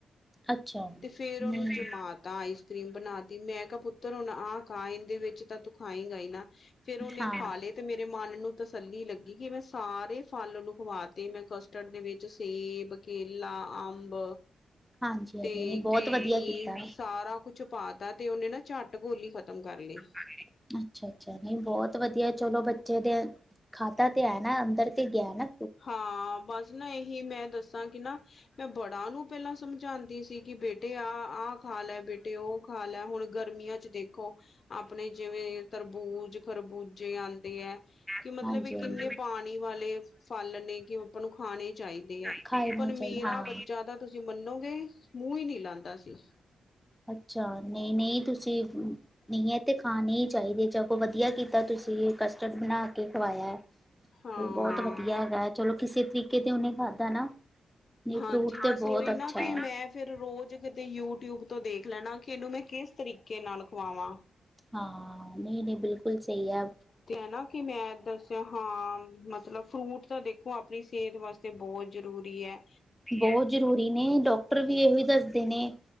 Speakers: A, in the centre; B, on the left.
A: ਅੱਛਾ
B: ਤੇ ਫੇਰ ਉਹਨੂੰ
A: ਨਹੀਂ
B: ਜਮਾ ਤਾ ਆਈਸ ਕਰ੍ਰੀਮ ਬਣਾ ਤੀ ਮੈਂ ਕਿਹਾ ਪੁੱਤਰ ਹੁਨ ਆਹ ਖਾਂ ਇਹਦੇ ਵਿੱਚ ਤਾਂ ਤੂੰ ਖਾਏਗਾ ਹੀ ਨਾ ਫ਼ਿਰ ਉਹਨੇ
A: ਹਾਂ
B: ਖਾ ਲੇ ਤੇ ਮੇਰੇ ਮਨ ਨੂੰ ਤਸੱਲੀ ਲੱਗੀ ਕਿ ਮੈਂ ਸਾਰੇ ਫਲ ਉਹਨੂੰ ਖਵਾਤੇ ਮੈਂ ਕਸਟਰਡ ਦੇ ਵਿੱਚ ਸੇਬ ਕੇਲਾ ਅੰਬ
A: ਹਾਂਜੀ ਹਾਂਜੀ
B: ਤੇ
A: ਨਹੀਂ ਬਹੁਤ
B: ਕੀਵੀ
A: ਵਧੀਆ ਕੀਤਾ
B: ਸਾਰਾ ਕੁਛ ਪਾ ਤਾ ਤੇ ਉਹਨੇ ਨਾ ਝੱਟ ਗੋਲੀ ਖ਼ਤਮ ਕਰ ਲਈ
A: <inaudible> ਅੱਛਾ- ਅੱਛਾ ਨਹੀਂ ਬਹੁਤ ਵਧੀਆ ਚਲੋ ਬੱਚੇ ਦੇ ਖਾਧਾ ਤੇ ਹੈ ਨਾ ਅੰਦਰ ਤੇ ਗਿਆ ਨਾ
B: ਹਾਂ ਬਸ ਨਾ ਇਹੀ ਮੈਂ ਦੱਸਾਂ ਕਿ ਨਾ ਮੈਂ ਬੜਾ ਨੂੰ ਪਹਿਲਾਂ ਸਮਝਾਉਂਦੀ ਸੀ ਕਿ ਬੇਟੇ ਆਹ ਆਹ ਖਾ ਲੈ ਬੇਟੇ ਉਹ ਖਾ ਲੈ ਹੁਣ ਗਰਮੀਆਂ ਚ ਦੇਖੋ ਆਪਣੇ ਜਿਵੇਂ ਤਰਬੂਜ ਖਰਬੂਜੇ ਆਉਂਦੇ ਹੈ ਕਿ
A: ਹਾਂਜੀ
B: ਮਤਲਬ ਇਹ ਕਿੰਨੇ
A: ਹਾਂਜੀ
B: ਪਾਣੀ ਵਾਲੇ ਫਲ ਨੇ ਕਿ ਆਪਾਂ ਨੂੰ ਖਾਣੇ ਚਾਹੀਦੇ ਹੈ
A: ਖਾਏ ਨਹੀਂ
B: ਪਰ ਮੇਰਾ
A: ਚਾਹੀਦਾ ਹਾਂ
B: ਬੱਚਾ ਤਾਂ ਤੁਸੀਂ ਮੰਨੋਗੇ ਮੂੰਹ ਹੀ ਨਹੀਂ ਲਾਉਂਦਾ ਸੀ
A: ਅੱਛਾ ਨਹੀਂ ਨਹੀਂ ਤੁਸੀਂ ਨਹੀਂ ਇਹ ਤੇ ਖਾਣੇ ਹੀ ਚਾਹੀਦੇ ਚ ਕੋੋਂ ਵਧੀਆ ਕੀਤਾ ਤੁਸੀਂ ਕਸਟਰਡ ਬਣਾ ਕੇ ਖਵਾਇਆ।
B: ਹਾਂ
A: ਬਹੁਤ ਵਧੀਆ ਹੈਗਾ ਚਲੋ ਕਿਸੇ ਤਰੀਕੇ ਤੇ ਉਹਨੇ ਖਾਧਾ ਨਾ ਨਹੀਂ
B: ਹਾਂਜੀ
A: ਫਰੂਟ ਤੇ
B: ਬਸ
A: ਬਹੁਤ
B: ਉਹੀ
A: ਅੱਛਾ
B: ਨਾ ਕਿ
A: ਹੈ।
B: ਮੈਂ ਫਿਰ ਰੋਜ਼ ਕਿਤੇ ਯੂਟਿਊਬ ਤੋਂ ਦੇਖ ਲੈਣਾ ਕਿ ਇਹਨੂੰ ਮੈਂ ਕਿਸ ਤਰੀਕ ਕੇ ਨਾਲ ਖਵਾਵਾਂ।
A: ਹਾਂ, ਨਈਂ ਨਈਂ, ਬਿਲਕੁਲ ਸਹੀ ਐ।
B: ਤੇ ਐ ਨਾਂ ਕਿ ਮੈਂ ਦੱਸਿਆ ਹਾਂ ਅ ਮਤਲਬ ਫਰੂਟ ਤਾਂ ਦੇਖੋ ਆਪਣੀ ਸਿਹਤ ਵਾਸਤੇ ਬਹੁਤ ਜ਼ਰੂਰੀ ਏ।
A: ਬਹੁਤ ਜ਼ਰੂਰੀ ਨੇਂ, ਡਾਕਟਰ ਵੀ ਇਹੋ ਹੀ ਦੱਸਦੇ ਨੇਂ।